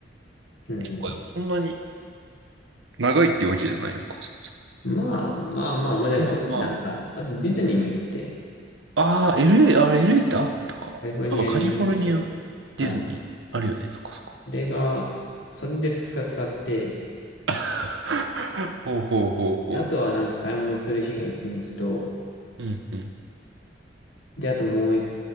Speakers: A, on the left; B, on the right.
A: うん
B: 結構そんなに長いっていうわけじゃないのか。そうそ
A: うん。まあまあまあ、まあでもそうですね。
B: う。まあま
A: なんか、あとディズニーも行って、
B: あ。ああ、LA、あれ LA ってあったか。
A: カリフォルニアにディズニーある。
B: あとカリフォルニア、ディズニー、
A: はい。
B: あるよね。そっかそっか。
A: それが、それで2日使って、
B: <laughs> ほうほうほうほ
A: であとはなんか買い物する日が1日と、
B: う。うんうん。
A: で、あともうい